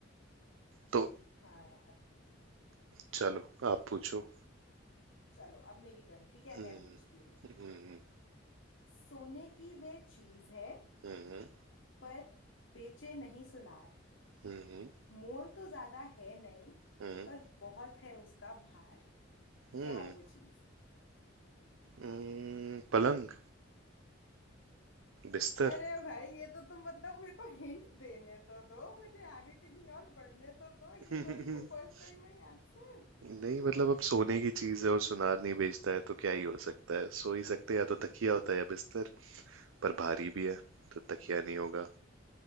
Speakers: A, on the right; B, on the left.
A: तो
B: हाँ यार
A: चलो आप पूछो
B: चलो अब मेरी टर्न ठीक है
A: हम्म,
B: मैं पूछती हूँ
A: हम्म,
B: सोने की वह चीज है
A: हम्म,
B: पर बेचे नहीं सुनार
A: हम्म,
B: मोल तो ज्यादा है नहीं
A: हम्म,
B: पर बहुत है उसका भार
A: हम्म,
B: क्या है वो चीज
A: हम्म, पलंग बिस्तर
B: अरे भाई ये तो तुम मतलब मेरे को हिंट देने तो दो मुझे आगे कहीं और बढ़ने तो दो ये
A: <laughs>
B: थोड़ी कि फर्स्ट टाइम है आंसर
A: नहीं मतलब अब सोने की चीज है और सुनार नहीं बेचता है तो क्या ही हो सकता है सो ही सकते हैं, या तो तकिया होता है या बिस्तर पर भारी भी है तो तकिया नहीं होगा